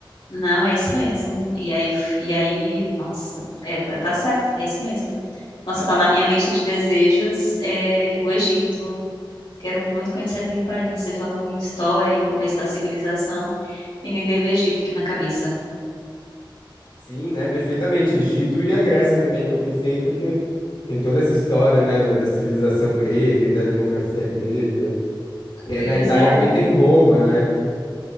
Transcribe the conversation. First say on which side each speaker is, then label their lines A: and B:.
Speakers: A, on the left; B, on the left.
A: Não, é isso mesmo. E aí, f- e aí, nossa, é, tá, tá certo, é isso mesmo. Nossa, tá na minha lista de desejos, é, o Egito. Quero muito conhecer aquele país. Você falou em história, em começo da civilização, e me veio o Egito aqui na cabeça.
B: Sim, né? Perfeitamente. Egito e a Grécia também, que eu pensei, porque tem toda essa história, né? Da, da civilização grega e da democracia grega. E aí
A: Pois
B: na Itália
A: é,
B: também tem Roma, né?